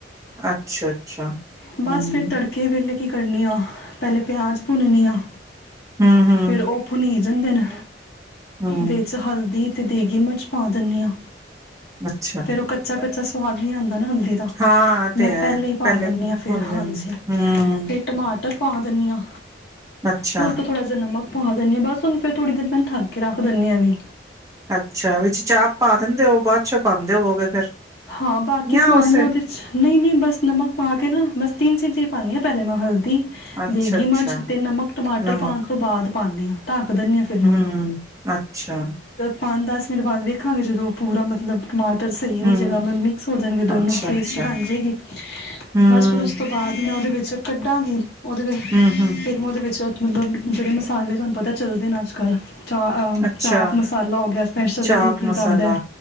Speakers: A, on the right (about 15°); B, on the left (about 55°).
A: ਅੱਛਾ, ਅੱਛਾ ਹੂੰ,
B: ਬਸ, ਫਿਰ ਤੜਕੇ ਵੇਲੇ। ਕੀ ਕਰਨੀ ਹਾਂ, ਪਹਿਲੇ ਪਿਆਜ਼ ਭੁੰਨਨੀ ਹਾਂ।
A: ਹੂੰ, ਹੂੰ,
B: ਫਿਰ ਉਹ ਪੁਨੀਤ ਜਾਂਦੇ ਨੇ।
A: ਹੂੰ
B: ਵਿੱਚ ਹਲਦੀ। ਅਤੇ ਦੇਗੀ ਮਿਰਚ ਪਾ ਦੰਨੀ ਆਂ।
A: ਅੱਛਾ।
B: ਫਿਰ ਉਹ, ਕੱਚਾ- ਕੱਚਾ। ਸਵਾਦ ਨੀ ਆਂਦਾ ਨਾ।
A: ਹਾਂ ਇਹ
B: ਮੈਂ
A: ਤੇ ਹੈ
B: ਪਹਿਲੇ ਹੀ ਪਾ ਦਿੰਦੀ ਹਾਂ, ਫਿਰ
A: ਭੁੰਨ
B: ਹਾਂਜੀ
A: ਜਾਂਦੇ ਹੂੰ
B: ਤੇ, ਟਮਾਟਰ ਪਾ ਦਿੰਨੀ ਹਾਂ।
A: ਅੱਛਾ।
B: ਫ ਉਥ ਥੋੜਾ ਜਿਹਾ ਨਮਕ। ਪਾ ਦਦੇ ਹ ਬਸ ਹੁਨ ਫੇਰ ਥੋੜੀ ਨ ਮੈਨੂੰ ਥੱਕ ਕੇ ਰੱਖ ਦਿੰਦੇ ਹਾਂ ਵੀ।
A: ਅੱਛਾ ਵਿੱਚ ਚਾਪ ਪਾ ਦਿੰਦੇ ਹੋ ਬਾਅਦ ਚੋਂ ਪਾਉਂਦੇ ਹੋਵੋਗੇ ਫਿਰ
B: ਹਾਂ ਬਾਕੀ
A: ਜਾਂ
B: ਸਮਾਨ,
A: ਉਸੇ
B: ਮੈ ਉਹਦੇ ਚ ਨਹੀਂ- ਨਹੀਂ ਬਸ ਨਮਕ ਪਾ ਕੇ, ਨਾ। ਬਸ ਤਿੰਨ ਚੀਜ਼ਾਂ ਹੀ ਪਾਂਨੀ ਹਾਂ, ਪਹਲੇ ਮੈਂ ਹ-
A: ਅੱਛਾ,
B: ਦੇਗੀ
A: ਅੱਛਾ
B: ਮਿਰਚ ਤੇ ਨਮਕ, ਟਮਾਟਰ
A: ਨਮਕ
B: ਪਾਉਣ ਤੋਂ ਬਾਅਦ, ਪਾਉਂਦੇ ਹਾਂ। ਢਾਕ ਦਿੰਦੀ ਹ ਫਿਰ ਮੈਂ ੳਨੂੰ।
A: ਹਮ ਅੱਛਾ।
B: ਪੰਜ ਦਸ ਮਿੰਟ ਬਾਅਦ ਵੇਖਾਂਗੇ, ਜਦੋਂ ਉਹ ਪੂਰਾ ਮਤਲਬ ਟਮਾਟਰ। ਧ ਸਹੀ ਹੋ
A: ਹੂੰ
B: ਜਾਵੇਗਾ, ਮਿਕਸ ਹੋ ਜਾਣਗੇ, ਦੋਨੋਂ
A: ਅੱਛਾ,
B: ਪੇਸਟ
A: ਅੱਛਾ
B: ਬਣ ਜਾਵੇਗੀ
A: ਹੂੰ।
B: ਬਸ ਫਿਰ ਉਸ ਤੋਂ ਬਾਅਦ ਮੈਂ ਉਹਦੇ ਵਿੱਚ ਕੱਢਾਂਗੀ। ਓਦੇ <unintelligible>
A: ਹੂੰ-ਹੂੰ,
B: ਮਲਬ ਜੇੜੇ ਮਸਾਲੇ ਤੁਹਾਨੂੰ ਪਤਾ ਚੱਲਦੇ ਨੇ ਅੱਜ ਕੱਲ। ਚਾ ਆ
A: ਅੱਛਾ
B: ਚਾਹ ਮਸਾਲਾ ਹੋ ਗੇਆ ਸਪੈਸ਼ਲ
A: ਚਾਪ
B: ਏਦੇ <unintelligible>
A: ਮਸਾਲਾ
B: ਆਂਦੈ